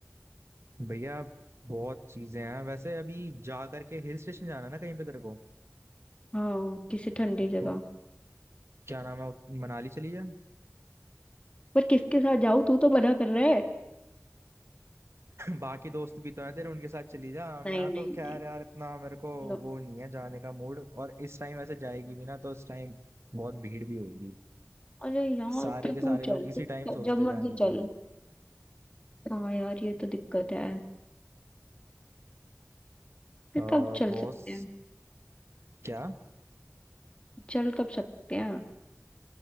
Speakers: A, on the right (about 60°); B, on the left (about 20°).
A: भैया बहुत चीजें हैं वैसे अभी जा करके हिल स्टेशन जाना है ना कहीं पे तेरे को
B: हाँ किसी ठंडी जगह
A: वो क्या नाम है मनाली चली जा
B: पर किसके साथ जाऊँ तू तो मना कर रहा है
A: बाकी दोस्त भी तो हैं तेरे उनके साथ चली जा मैं
B: नहीं
A: तो
B: नहीं
A: खैर
B: नहीं
A: यार इतना मेरे को
B: नो।
A: वो नहीं है जाने का मूड और इस टाइम ऐसे जाएगी भी ना तो इस टाइम बहुत भीड़ भी होगी
B: अरे यार
A: सारे
B: तो
A: के
B: तू
A: सारे लोग
B: चल
A: इसी
B: तू
A: टाइम सोचते
B: जब
A: हैं
B: मर्जी
A: जाने की
B: चल हाँ यार ये तो दिक्कत है फिर
A: अ,
B: कब चल
A: बॉस
B: सकते हैं
A: क्या
B: चल कब सकते हैं